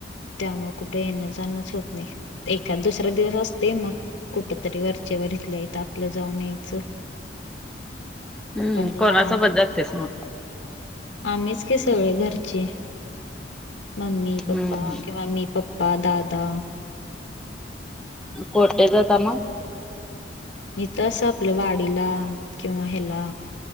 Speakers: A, on the left (about 80°); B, in the centre.
A: त्यामुळे कुठं येणं-जाणंच होत नाही. एखादा-दुसरा दिवस असते, मग कुठेतरी वरचेवर... त्याला आपलं जाऊन यायचं.
B: हम्म,
A: पण लांब
B: कोणासोबत जातेयस मग?
A: आम्हीच का, सगळे घरचे, मम्मी,
B: हम्म
A: पप्पा किंवा मी, पप्पा. पादादा.
B: कोरटेचा दमा.
A: नी तस आपलं वाडीला किंवा ह्याला.